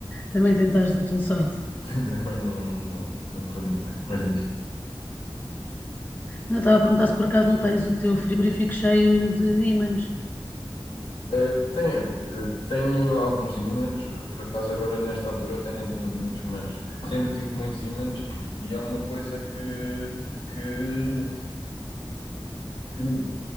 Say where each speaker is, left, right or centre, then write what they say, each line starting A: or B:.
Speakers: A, on the left; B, on the left.
A: também tentaste a tua sorte.
B: tentei, mas não, não, não, não correu muito bem. Mas diz.
A: Não, estava a perguntar se por acaso não tens o teu frigorífico cheio de ímãs.
B: Eh, tenho, eh, tenho alguns ímãs, por acaso agora nesta altura até nem tenho muitos, mas sempre tive muitos ímãs e é uma coisa que, que, que, me,